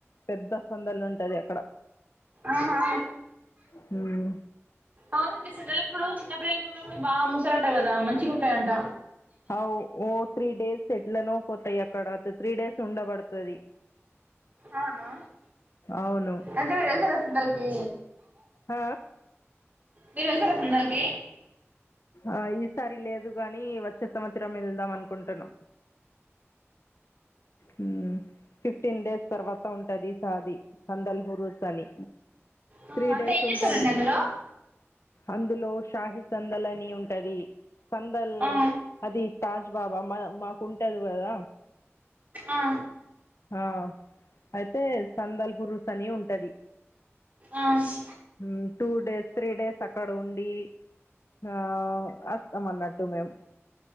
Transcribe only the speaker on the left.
పెద్ద సందలుంటది అక్కడ.
హ్మ్.
ఓ ఓ త్రీ డేస్ ఎట్లనో పోతాయి అక్కడ త్రీ డేస్ ఉండబడుతది.
అవును
అ.
ఆ ఈసారి లేదు గాని వచ్చే సంవత్సరం వెళ్దాం అనుకుంటున్నాం. హ్మ్. ఫిఫ్టీన్ డేస్ తర్వాత ఉంటది సాది సందల్ హురూస్ అని.
త్రీ
డేస్
సుంటది.
అందులో షాహి సందల్ అని ఉంటది సందల్
అది. తాజ్ బాబా మన మాకుంటాది గదా.
ఆ అయితే సందల్ హురుస్ అని ఉంటది.
హ్మ్ టూ డేస్ త్రీ డేస్ అక్కడ ఉండి. అవ్ వస్తాం మన్నట్టు మేమ్.